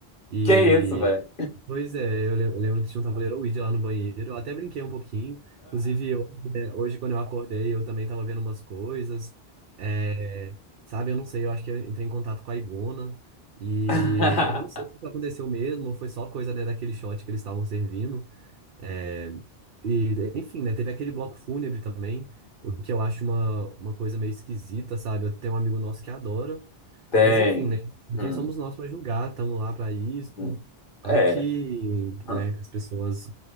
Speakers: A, on the right (about 65°); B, on the left (about 55°).
A: e...
B: Que isso, velho?
A: Pois é, eu le- eu lembro que tinha um tabuleiro Ouija lá no banheiro. Eu até brinquei um pouquinho. Inclusive, eu- é, hoje quando eu acordei, eu também tava vendo umas coisas. É, Sabe, eu não sei, eu acho que eu entrei em contato com a Igona. E...
B: <laughs>
A: Mas eu não sei se isso aconteceu mesmo ou foi só coisa, né, daquele shot que eles estavam servindo. É, e, enfim, né? Teve aquele bloco fúnebre também, o que eu acho uma, uma coisa meio esquisita, sabe? Eu tenho um amigo nosso que adora,
B: Tem.
A: mas enfim, né?
B: Hum,
A: Quem somos nós para julgar? Estamos lá para isso.
B: hum.
A: Vai
B: É.
A: que, né,
B: Hum.
A: as pessoas,